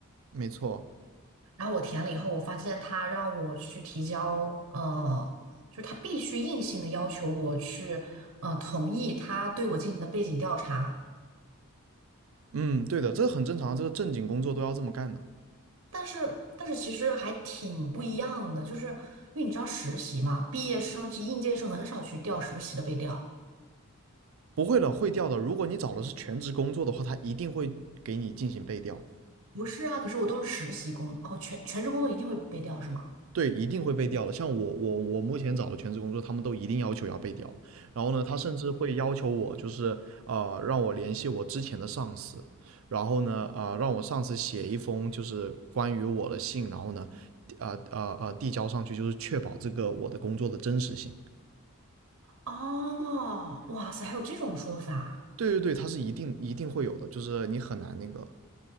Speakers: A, on the right; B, on the right.
A: 没错，
B: 然后我填了以后，我发现他让我去提交，呃，就是他必须硬性的要求我去，嗯、同意他对我进行的背景调查。
A: 嗯，对的，这很正常，这个正经工作都要这么干的，
B: 但是但是其实还挺不一样的，就是因为你知道实习嘛，毕业生及应届生很少去调实习的被调。
A: 不会的会调的。如果你找的是全职工作的话，他一定会给你进行背调，
B: 不是啊，可是我都是实习工，哦，全全职工作一定会被调是吗？
A: 对，一定会背调的。像我，我，我目前找的全职工作，他们都一定要求要背调的。然后呢，他甚至会要求我，就是呃，让我联系我之前的上司，然后呢，呃，让我上司写一封就是关于我的信，然后呢，呃呃呃，递交上去，就是确保这个我的工作的真实性。
B: 哦，哇塞，还有这种说法。
A: 对对对，他是一定一定会有的，就是你很难那个，